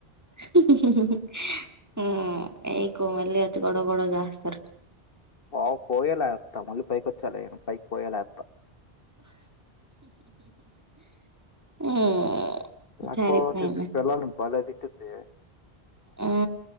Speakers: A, on the right; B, on the left.
A: హ్మ్ హీహీ ఎకు మళ్ళీ వచ్చి గొడవ గొడవ చేస్తారు
B: ఓ పోయేలాత్త మళ్ళీ పైకొచ్చాలేను పైక్ పోయేలాత్త.
A: హ్మ్.
B: రాపో
A: సరిపోయింది
B: పిల్లలు బలే దే
A: ఊ